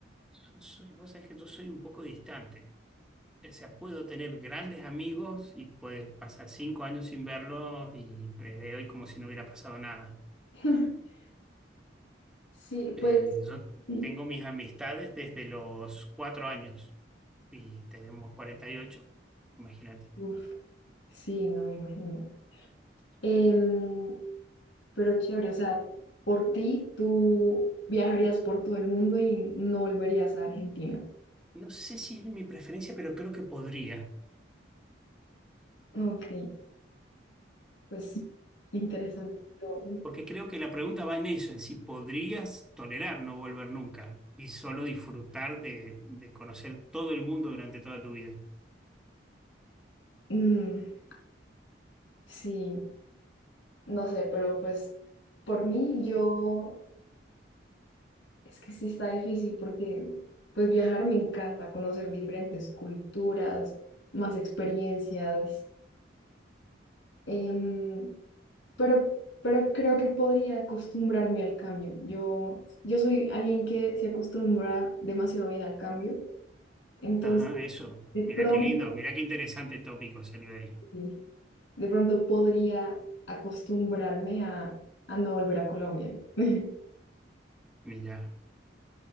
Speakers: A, in the centre; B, on the left.
A: Yo soy, vos sabés que yo soy un poco distante. O sea, puedo tener grandes amigos y puedes pasar cinco años sin verlos y les veo hoy como si no hubiera pasado nada.
B: <laughs> Sí,
A: Eh,
B: pues
A: yo
B: sí.
A: tengo mis amistades desde los cuatro años. y tenemos cuarenta y ocho imagínate.
B: Uf, sí, no me imagino. Em, pero chévere, o sea, por ti tú viajarías por todo el mundo y no volverías a Argentina.
A: No sé si es mi preferencia, pero creo que podría,
B: Ok, pues interesante. Yo,
A: porque creo que la pregunta va en eso, en si podrías tolerar no volver nunca y solo disfrutar de, de conocer todo el mundo durante toda tu vida.
B: mm, sí, no sé, pero pues por mí yo Es que sí está difícil porque pues viajar me encanta, conocer diferentes culturas, más experiencias, em, pero, pero creo que podría acostumbrarme al cambio. Yo, yo soy alguien que se acostumbra demasiado bien al cambio, entonces
A: Ajá, eso.
B: de pronto,
A: Mirá qué lindo, mirá qué interesante tópico salió de ahí.
B: sí, de pronto podría acostumbrarme a, a no volver a Colombia. <laughs>
A: Mirá,